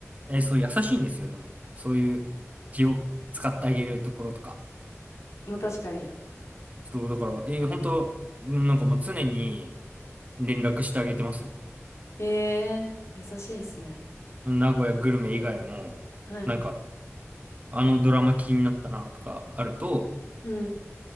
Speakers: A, on the right; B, on the left.
A: え、そう、優しいんですよ、でも。そういう気を使ってあげるところとか。
B: まあ確かに。
A: そう、だから、えー、本当、うんなんかもう常に、連絡してあげてますよ。
B: ええ優しいですね。
A: 名古屋グルメ以外も、
B: はい。
A: なんか、あのドラマ気になったなとかあると、
B: うん。